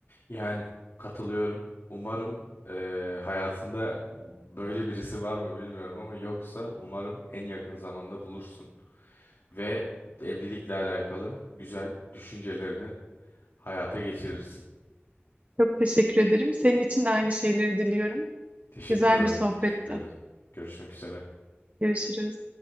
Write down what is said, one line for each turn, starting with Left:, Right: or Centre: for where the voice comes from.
Left: Yani katılıyorum. Umarım eee, hayatında böyle birisi var mı bilmiyorum ama yoksa umarım en yakın zamanda bulursun. Ve evlilikle alakalı güzel düşüncelerini hayata geçirirsin.
Right: Çok teşekkür ederim. Senin için de aynı şeyleri diliyorum.
Left: Teşekkür
Right: Güzel
Left: ederim.
Right: bir sohbette.
Left: Teşekkür ederim. Görüşmek üzere.
Right: Görüşürüz.